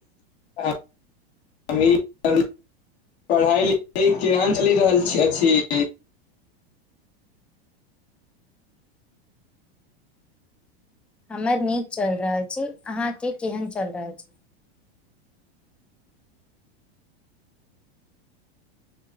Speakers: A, on the left; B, in the centre.
A: आ हम ई <unintelligible> पढ़ाई लिखाई केहन चलि रहल छी अछि छी
B: हमर नीक चल रहल छी अहाँ के केहन चल रहल छै